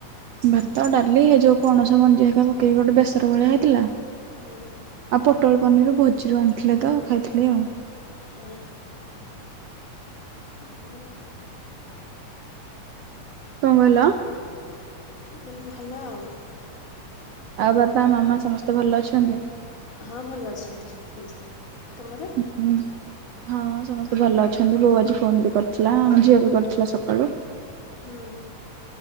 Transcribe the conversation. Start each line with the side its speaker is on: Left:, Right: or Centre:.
Right: ଭାତ ଡାଲି
Left: ହଁ।
Right: ଏ ଯୋଉ ପଣସ ମଞ୍ଜି ହେକା ପକେଇକି ଗୋଟେ ବେସର ଭଳିଆ ହେଇଥିଲା।
Left: ହୁଁ।
Right: ଆଉ ପୋଟଳ ପନିର ଭୋଜିରୁ ଆଣିଥିଲେ ତ ଖାଇଥିଲି ଆଉ।
Left: ଓ ଭଲ ଆଉ।
Right: କଣ କହିଲ?
Left: ମୁଁ କହିଲି ଭଲ ଆଉ।
Right: ଆଉ ବାପା ମାମା ସମସ୍ତେ ଭଲ ଅଛନ୍ତି?
Left: ହଁ ଭଲ ଅଛନ୍ତି ସମସ୍ତେ। ତମର
Right: ହୁଁ। ହଁ ହଁ ସମସ୍ତେ ଭଲ ଅଛନ୍ତି ବୋଉ ଆଜି ଫୋନ୍ ବି କରିଥିଲା ଆମ ଝିଅ ବି କରିଥିଲା ସକାଳୁ।
Left: ହୁଁ।